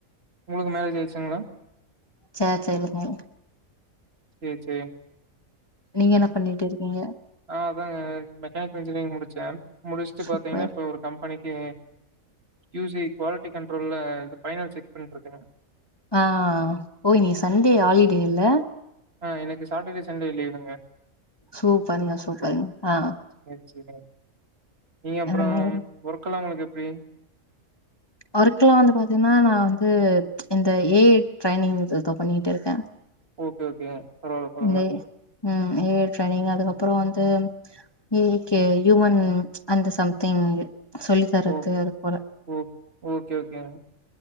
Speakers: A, on the right; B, on the left.
A: உங்ளுக்கு மேரேஜ் ஆகிடுச்சுங்களா
B: சே சே இல்லங்க
A: சேரி சேரி
B: நீங்க என்ன பண்ணிட்டு இருக்கீங்க
A: ஆஹ் அதாங்க மெக்கானிக்கல் இன்ஜினியரிங் முடிச்சே முடிச்சுட்டு
B: சூப்பர்
A: பாத்தீங்கன்னா இப்ப ஒரு கம்பனி பனிக்கு கியுசி குவாலிட்டி கண்ட்ரோல பைனல் செக் பண்ணிருக்கங்க
B: ஆன் ஓ இனிக் சண்டே ஹாலிடே இல்ல
A: ஆன் எனக்கு சாட்டர்டே சண்டே லீவுங்க
B: சூப்பர்ங்க சூப்பர்ங்க ஆன்
A: செரி செரி நீங்க அப்றோம்
B: அந்த மாரி
A: ஒர்க்கல்லா உங்களுக்கு எப்டி
B: ஒர்க்கலா வந்து பாத்தீங்கன்னா நா வந்து இந்த ஏஐ ட்ரைனிங் இது பண்ணிட்டு இருக்கே
A: ஓகே ஓகேங்க பரவால பரவால
B: இந்த ம் ஏ ஐ ட்ரைனிங் அதுகப்றோ வந்து ஏ ஐ க்கு ஹுயூமன் அந்த சம்திங் சொல்லி தரது
A: ஓ
B: அது போல
A: ஓ ஓகே ஓகேங்க